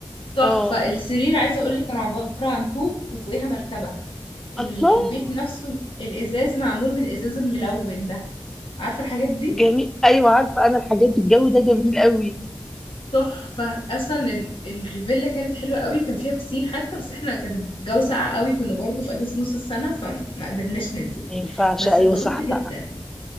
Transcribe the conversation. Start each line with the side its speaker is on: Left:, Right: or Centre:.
Left: تحفة
Centre: اه
Left: السرير عايزة أقولك كان عبارة عن طوب وفوقيها مرتبة ال-
Centre: الله
Left: البيت نفسه الإزاز معمول من الإزاز الملون ده عارفة الحاجات دي؟
Centre: جميل ايوه عارفه انا الحاجات دي، الجو ده جميل قوي
Left: تحفة اصلا ال- الفيلا كانت حلوة قوي كان فيها بسين حتى بس احنا كانت الجو ساقع قوي كنا برضو في اجازة نص السنة فما قدرناش ننزل
Centre: ما ينفعش
Left: بس
Centre: ايوه
Left: اتبسطت
Centre: صح
Left: جدا
Centre: بقى